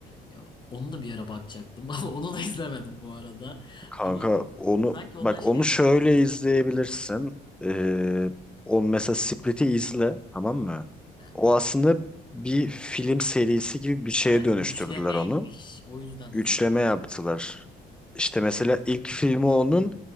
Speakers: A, on the left (about 25°); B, in the centre.
A: ya, onu da bir ara bakacaktım. <laughs> Onu da izlemedim bu arada.
B: Kanka
A: Ama
B: onu
A: sanki onlar
B: bak
A: şeymiş.
B: onu şöyle izleyebilirsin. Ee, o mesela Split'i izle tamam mı?
A: He.
B: O aslında bir film serisi gibi bir şeye
A: Aynen
B: dönüştürdüler
A: üçlemeymiş.
B: onu.
A: O yüzden izlemedim.
B: Üçleme yaptılar. İşte mesela ilk filmi onun